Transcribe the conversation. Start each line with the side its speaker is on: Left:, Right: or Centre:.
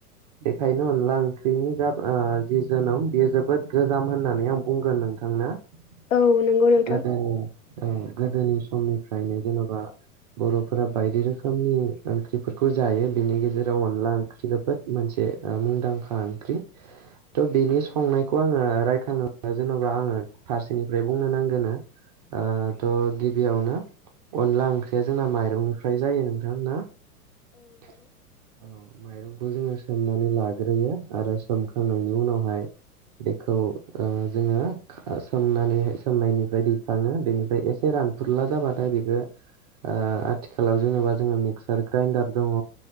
Right: बेखायनो अनला ओंख्रिनि जा आ जि जोनोम बेयो जोबोद गोजाम होननानै आं बुंगोन नोंथां नोंथांनो
Left: औ नंगौ नोंथां
Right: गोदोनि गोदोनि समनिफ्रायनो जेनबा बरफोरा बायदि रोखोमनि ओंख्रिफोरखौ जायो बेनि गेजेराव अनला ओंख्रि जोबोद मोनसे ओ मुंदांखा ओंख्रि त बिनि संनायखौ आङो रायखाङोबा जेनबा आङो फारसेनिफ्राय बुंनो नांगोनो ओ त गिबियावनो अनला ओंख्रिया जोंना माइरंनिफ्राय जायो नोंथां ना औ माइरं बेखौ जोङो सोमनानै लाग्रोयो आरो सोमखांनायनि उनावहाय बेखौ ओ जोङो खा सोमनानैहाय सोमनायनिफ्राय दैखाङो बेनिफ्राय एसे रा रानफोरला जाबाथाय बेखो ओ आथिखालाव जेनबा जों मिक्सार ग्राइन्दार दङ